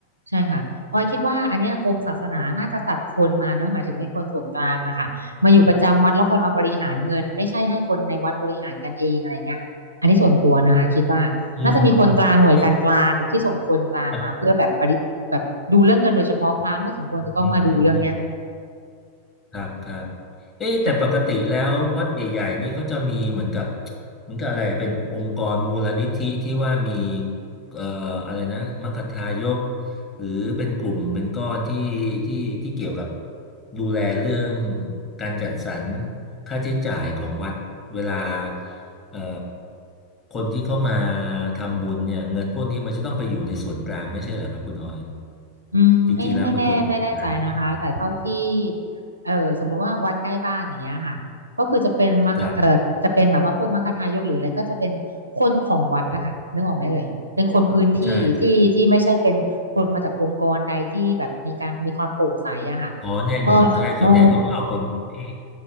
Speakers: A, on the right (about 80°); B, on the left (about 25°).
A: ใช่ค่ะออยคิดว่าอันเนี้ยกรมศาสนาน่าจะจัดคนมาเนอะหมายถึงเป็นคนส่วนกลางอะค่ะมาอยู่ประจำวัดแล้วคอยมาบริหารเงินไม่ใช่ให้คนในวัดบริหารกันเองอะไรเงี้ยอันนี้ส่วนตัวนะคะคิดว่าน่าจะมีคนกลางหน่วยการกลางเนี่ยที่ส่งคนกลางมาเพื่อแบบปริแบบดูเรื่องเงินโดยเฉพาะพระไม่สมควรจะต้องมาดูเรื่องเนี้ย
B: อืมเอ๊ะแต่อืมอืมอืม ครับครับเอ๊ะแต่ปกติแล้ววัดใหญ่ๆนี่เขาจะมีเหมือนกับ
A: ค่ะ
B: เหมือนกับอะไรอะเป็นองค์กรมูลนิธิที่ว่ามีเอ่ออะไรนะมัคคทายกหรือเป็นกลุ่มเป็นก้อนที่ที่ที่เกี่ยวกับดูแลเรื่องการจัดสรรค่าใช้จ่ายของวัดเวลาเอ่อคนที่เข้ามาทำบุญเนี่ยเงินพวกนี้มันจะต้องไปอยู่ในส่วนกลางไม่ใช่เหรอครับคุณออย
A: อืมไม่ไม่แน่ไม่แน่ใจนะคะแต่เท่าที่
B: จริงๆแล้วมันควรจะเป็นอย่างนั้นไม่ใช่เหรอ
A: เออสมมุติว่าวัดใกล้บ้านอย่างเงี้ยค่ะก็คือจะเป็นมัคเออจะเป็นแบบว่าพวกมัคทายกหรืออะไรก็จะเป็นคนของวัดอะค่ะนึกออกไหมเอ่ยเป็นคนพื้นที่ที่ที่ไม่ใช่เป็นคนมาจากองค์กรใดที่แบบมีการมีความโปร่งใสอะค่ะ
B: ครับใช่ อ๋อแน่นอนใช่ส่วนใหญ่เขาก็เอาคนที่
A: ก็อ๋อ